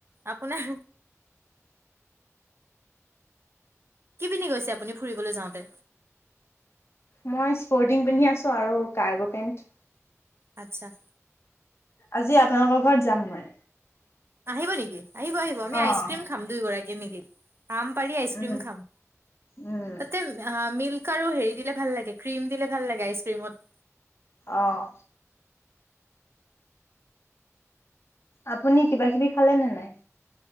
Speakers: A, on the right; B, on the left.
A: আপোনাৰ। কি পিন্ধি গৈছে আপুনি ফুৰিবলৈ যাওঁত। টে।
B: মই স্পৰ্টিং পিন্ধি আছোঁ আৰু কাৰ্গো পেন্ট।
A: আচ্ছা, -
B: আজি আপোনালোকৰ ঘৰত যাম মই।
A: আহিব নেকি? আহিব, '-আহিব, আমি
B: অ',
A: আইচক্ৰীম খাম দুইগৰাকী দিম নেকি? আম পাৰি আইচক্ৰীম
B: উম
A: খাম।
B: উম।
A: তাতে উম আমি। পিক আৰু হেৰি দিলে ভাল লাগে, ক্ৰীম দিলে ভাল লাগে আইচক্ৰীমত।
B: অঁহ। আপুনি কিবা কিবি খালে নে নাই?